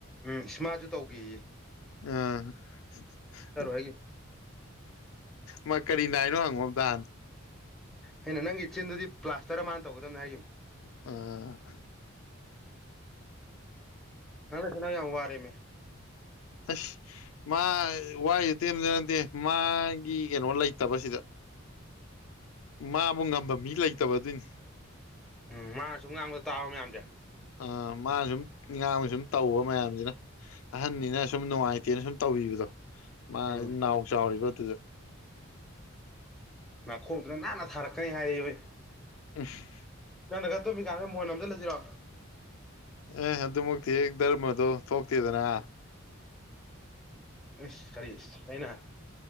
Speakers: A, in the centre; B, on the left.
A: ꯎꯝ ꯏꯁꯃꯥꯁꯨ ꯇꯧꯈꯤꯌꯦ
B: ꯑꯥ <unintelligible> <inaudible>
A: ꯍꯥꯏꯈꯤꯕꯅꯦ
B: ꯃꯥ ꯀꯔꯤ ꯅꯥꯏꯅꯣ ꯍꯪꯉꯣꯝꯇꯍꯥꯟ
A: ꯑꯩꯅ ꯅꯪ ꯏꯆꯤꯟꯗꯨꯗꯤ ꯄ꯭ꯂꯥꯁꯇꯔ ꯃꯥꯅ ꯇꯧꯒꯗꯕꯅꯦ ꯍꯥꯏꯈꯤꯕꯨ
B: ꯑꯣ
A: ꯅꯪ ꯁꯅ ꯌꯥꯝꯉꯔꯦ ꯃ
B: ꯑꯁ ꯃꯥ ꯋꯥꯏꯁꯦ ꯇꯦꯟꯖ ꯅꯠꯇꯦ ꯃꯥꯒꯤ ꯀꯩꯅꯣ ꯂꯩꯇꯕꯁꯤꯗ ꯃꯥꯕꯨ ꯉꯝꯕ ꯃꯤ ꯂꯩꯇꯕ ꯑꯗꯨꯏꯅꯤ
A: ꯎꯝ ꯃꯥ ꯁꯨꯝ ꯉꯥꯡꯗꯣ ꯇꯥꯕ ꯃꯌꯥꯝꯁꯦ
B: ꯑ ꯃꯥꯅ ꯁꯨꯝ ꯏꯥꯡꯅ ꯁꯨꯝ ꯇꯧꯕꯧꯕ ꯃꯌꯥꯝꯁꯤꯅ ꯑꯍꯟꯅꯤꯅ ꯁꯨꯝ ꯅꯨꯡꯉꯥꯏꯇꯦꯅ ꯁꯨꯝ ꯇꯧꯕꯤꯕꯗꯣ ꯃꯥ
A: ꯎꯝ
B: ꯅꯥꯎ ꯆꯥꯎꯔꯤꯕ ꯑꯗꯨꯗ
A: ꯅꯥꯈꯣꯡꯗꯨꯅ ꯅꯥꯟꯅ ꯊꯥꯔꯛꯀꯅꯤ ꯍꯥꯏꯔꯤ ꯑꯣꯏ
B: ꯑꯦꯐ
A: ꯅꯪꯅꯒ ꯇꯨꯝꯃꯤꯀꯥꯟꯗ ꯃꯣꯏꯅ ꯑꯝꯗ ꯂꯩꯁꯤꯔꯣ
B: ꯑꯦ ꯑꯗꯨꯃꯛꯇꯤ ꯗꯔꯃꯗꯣ ꯊꯣꯛꯇꯦꯗꯅ
A: ꯏꯁ ꯀꯔꯤ ꯑꯩꯅ